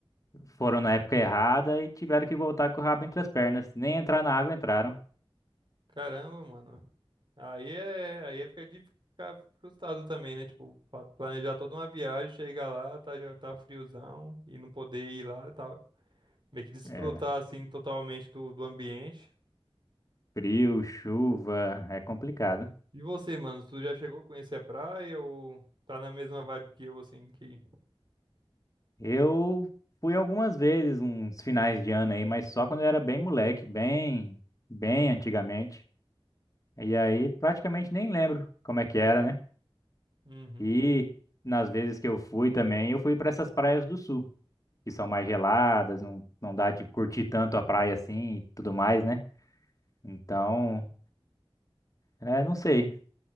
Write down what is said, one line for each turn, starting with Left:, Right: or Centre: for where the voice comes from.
Left: foram na época errada e tiveram que voltar com o rabo entre as pernas. Nem entrar na água entraram.
Right: Caramba, mano. Aí é, aí é fica de ficar frustrado também, né? Tipo, pa- planejar toda uma viagem, chegar lá, tá, já tá friozão e não poder ir lá, tá? Meio que desfrutar
Left: É,
Right: assim totalmente do, do ambiente.
Left: frio, chuva, é complicado.
Right: E você, mano, tu já chegou a conhecer a praia ou tá na mesma vibe que eu, assim, que...
Left: Eu fui algumas vezes, uns finais de ano aí, mas só quando eu era bem moleque, bem, bem antigamente. E aí praticamente nem lembro como é que era, né?
Right: Uhum.
Left: E nas vezes que eu fui também, eu fui para essas praias do sul, que são mais geladas, não, não dá de curtir tanto a praia assim e tudo mais, né? Então, é, não sei.